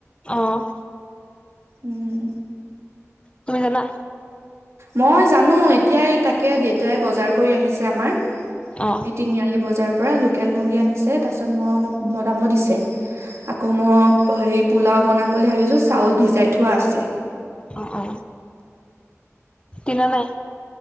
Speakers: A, on the left (about 20°); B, on the right (about 65°).
A: অঁহ।
B: উম।
A: তুমি জানা?
B: মই জানো এতিয়াই তাকে দেউতাই বজাৰ কৰি আহিছে আমাৰ।
A: অ
B: এই তিনিআলি বজাৰৰ পৰা লোকেল মুৰ্গী আনিছে, তাৰ পিছত মোক বনাব দিছে। আকৌ মই হেৰি পোলাও বনাম বুলি ভাবিছো চাউল ভিজাই থোৱা আছে
A: অ অ কিনা নাই